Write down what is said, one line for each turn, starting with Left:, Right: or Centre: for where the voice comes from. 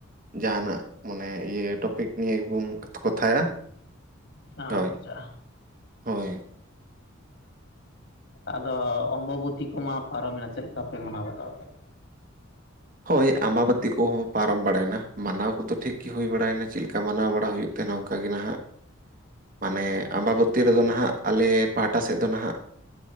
Right: ᱡᱟᱦᱟᱱᱟᱜ ᱢᱟᱱᱮ ᱤᱭᱟᱹ ᱴᱚᱯᱤᱠ ᱱᱤᱭᱮ ᱜᱮᱵᱚᱱ ᱠᱚᱛᱷᱟᱭᱟ
Left: ᱟᱪᱪᱷᱟ
Right: ᱦᱳᱭ ᱦᱳᱭ
Left: ᱟᱫᱚ ᱚᱢᱵᱚᱵᱚᱛᱤ ᱠᱚᱢᱟ ᱯᱟᱨᱚᱢᱮᱱᱟ ᱪᱮᱫ ᱞᱮᱠᱟ ᱯᱮ ᱢᱟᱱᱟᱣ ᱵᱟᱛᱟᱣ ᱠᱮᱫ
Right: ᱦᱚᱭ ᱟᱢᱵᱟᱵᱟᱛᱤ ᱠᱚᱦᱚ ᱯᱟᱨᱚᱢ ᱵᱟᱲᱟᱭᱮᱱᱟ ᱢᱟᱱᱟᱣ ᱠᱚᱫᱚ ᱴᱷᱤᱠ ᱜᱮ ᱦᱩᱭ ᱵᱟᱲᱟᱭᱮᱱᱟ ᱪᱮᱫ ᱞᱮᱠᱟ ᱢᱟᱱᱟᱣ ᱵᱟᱲᱟ ᱦᱩᱭᱩᱜ ᱛᱟᱦᱮᱱᱟ ᱚᱱᱠᱟᱜ ᱜᱮ ᱱᱟᱦᱟᱜ ᱢᱟᱱᱮ ᱟᱢᱵᱟᱵᱟᱛᱤ ᱨᱮᱫᱚ ᱱᱟᱦᱟᱜ ᱟᱞᱮ ᱯᱟᱦᱴᱟ ᱥᱮᱫ ᱫᱚ ᱱᱟᱦᱟᱜ